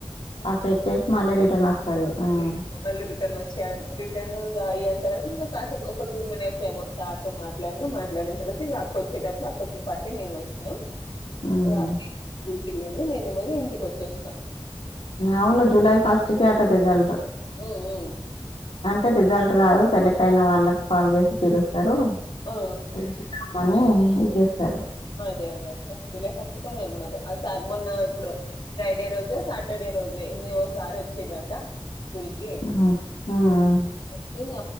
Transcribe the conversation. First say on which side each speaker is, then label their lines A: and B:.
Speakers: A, on the left (about 80°); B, on the left (about 60°).
A: ఆ పెట్టేసి మళ్ళీ రిటర్న్ వస్తాది హ్మ్
B: మళ్ళీ మళ్ళీ రిటర్న్ వచ్చే రిటర్న్ గా అయ్యేంత వరకు ఇంకా కాసేపు ఒక టూ మినిట్స్ ఏమో తారితో మాట్లాడిన మాట్లాడిన తర్వాత ఇగ అక్క వచ్చేటప్పుడు అక్కతో పాటే నేను వచ్చిన
A: హుహు.
B: రాత్రి స్కూల్కి వెళ్ళింది నేనేమో ఇంటికి వచ్చేసినా
A: అవును జులై ఫస్ట్ కే అట రిజల్ట్
B: హ్మ్ మ్మ్
A: అంటే రిజల్ట్ రాదు సెలెక్ట్ అయిన వాళ్ళకి కాల్ చేసి పిలుస్తారు
B: ఆ
A: పిలిచినా కానే ఏం చేస్తారు
B: అదే అదే అక్కా జూలై ఫస్ట్ కనే అన్నారు సార్ మొన్నా ఎప్పుడో ఫ్రైడే రోజో సాటర్డే రోజు ఇ వస్ సార్ వచ్చిరంట స్కూల్ కి
A: హ్మ్. హ్మ్.
B: వచ్చి